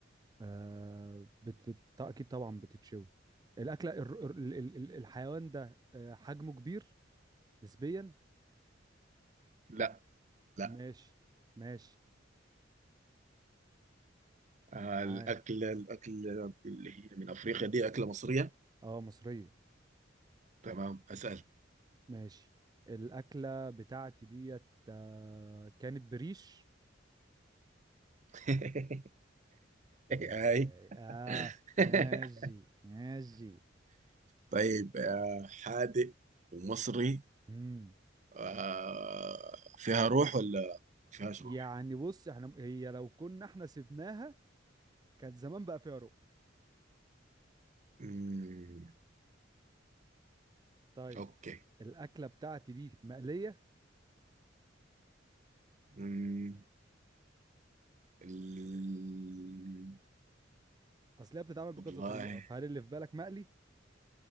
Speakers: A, on the right; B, on the right.
A: آه بت... ط- اكيد طبعا بتتشوي الاكله الر- الر- ال... ال... ال- الحيوان ده آه حجمه كبير نسبيا
B: لا لا
A: ماشي ماشي
B: آه،
A: معاه
B: الأكلة الأكلة اللي هي من أفريقيا دي أكلة مصرية
A: اه مصريه
B: تمام أسأل
A: ماشي الاكله بتاعتي ديت آه كانت بريش
B: <laughs>
A: اه
B: هاي
A: آه،
B: <laughs>
A: ماشي ماشي
B: طيب آه، حادق ومصري
A: امم
B: آه، فيها روح ولا ما فيهاش
A: يعني
B: روح؟
A: بص احنا هي لو كنا احنا سبناها كان زمان بقى فيها روح
B: مم،
A: طيب
B: أوكي
A: الاكله بتاعتي دي مقليه
B: مم، ال-
A: اصل هي بتتعمل بكذا
B: والله
A: طريقه فهل اللي في بالك مقلي